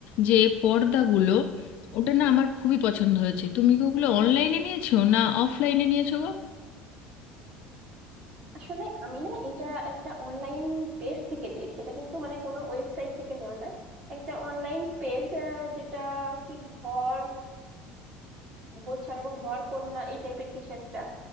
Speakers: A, on the left; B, on the right.
A: যে পর্দাগুলো ওটা না আমার খুবই পছন্দ হয়েছে তুমি কি ওগুলো অনলাইনে নিয়েছো না অফলাইনে নিয়েছো গো
B: আসলে আমি না এটা একটা অনলাইন পেজ থেকে নিয়েছি এটা কিন্তু মানে কোনো ওয়েবসাইট থেকে নেওয়া না একটা অনলাইন পেজ যেটা কি ঘর গোছানো বা ঘর কন্যা এই টাইপের কিছু একটা